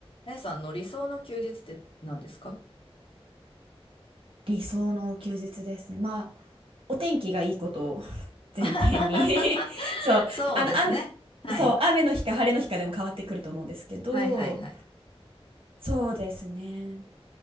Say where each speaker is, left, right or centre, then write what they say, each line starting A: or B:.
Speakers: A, on the left; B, on the right.
A: あやさんの理想の休日って何ですか
B: 理想の休日ですね。まあ、お天気がいいことを <laughs> 前提に
A: <laughs>
B: <laughs> そう、
A: そうですね。
B: あの、雨、
A: はい。
B: そう、雨の日か晴れの日かでも変わってくると思うんですけど、
A: はいはいはい。
B: そうですね。